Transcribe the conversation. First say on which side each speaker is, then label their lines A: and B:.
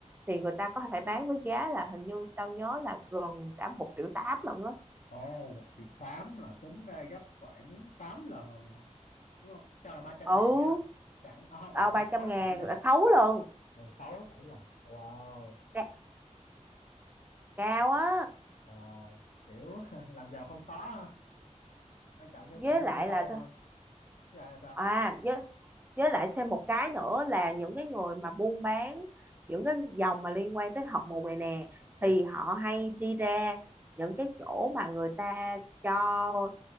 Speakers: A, on the right; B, on the left.
A: thì người ta có thể bán với giá là hình như tao nhớ là gần cả một triệu tám lận á
B: ồ một triệu tám là tính ra gấp khoảng 8 lần rồi nhỉ đúng không cho là ba trăm
A: ừ
B: ngàn đi ha chẳng à, không
A: tao
B: là khoảng
A: ba trăm
B: sáu
A: ngàn
B: đến bảy lần
A: là sáu lần
B: ừ, 6 đến bảy lần wow
A: Ca- cao á
B: ờ, kiểu <laughs> làm giàu không khó ha quan trọng nhân
A: với
B: phẩm
A: lại
B: mình tới đâu
A: là thôi
B: thôi chứ lại là sao
A: à với với lại thêm một cái nữa là những cái người mà buôn bán những cái dòng mà liên quan tới học mù này nè
B: ừ.
A: thì họ hay đi ra những cái chỗ mà người ta cho